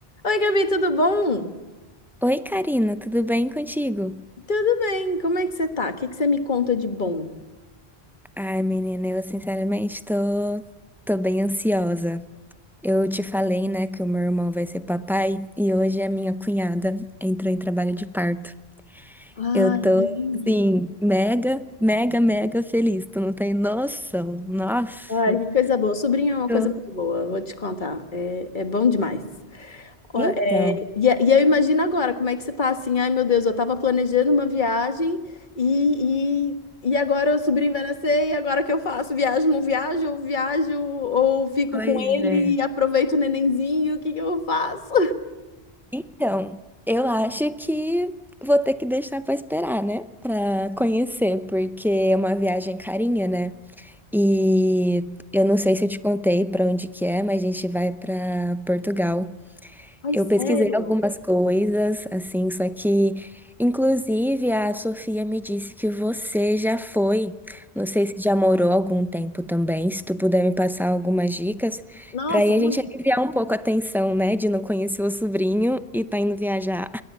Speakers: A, on the left; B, in the centre.
A: Oi, Gabi, tudo bom?
B: Oi, Karina, tudo bem contigo?
A: Tudo bem, como é que você tá? O que que você me conta de bom?
B: Ai, menina, eu sinceramente tô, tô bem ansiosa. Eu te falei, né, que o meu irmão vai ser papai e hoje a minha cunhada entrou em trabalho de parto.
A: Ai,
B: Eu tô,
A: menina.
B: assim, mega, mega, mega feliz. Tu não tem noção. Nossa.
A: Ai, que coisa boa. Sobrinho é uma
B: Tô-
A: coisa muito boa, vou te contar. É, é bom demais. Ó,
B: Então,
A: é, e, é, e eu imagino agora como é que você tá assim. Ai, meu Deus, eu tava planejando uma viagem e, e, e agora o sobrinho vai nascer e agora o que eu faço? Viajo, não viajo? Ou viajo ou fico
B: Pois
A: com ele
B: é.
A: e aproveito o nenenzinho? O que que eu faço?
B: então, eu acho que vou ter que deixar pra esperar, né, pra conhecer, porque é uma viagem carinha, né? E eu não sei se eu te contei para onde que é, mas a gente vai para Portugal.
A: Ai,
B: Eu
A: sério?
B: pesquisei algumas coisas, assim, só que, inclusive, a Sofia me disse que você já foi. Não sei se já morou algum tempo também. Se tu puder me passar algumas dicas,
A: Nossa,
B: para aí a
A: muito
B: gente aliviar um pouco a tensão, né, de não conhecer o sobrinho e tá indo viajar.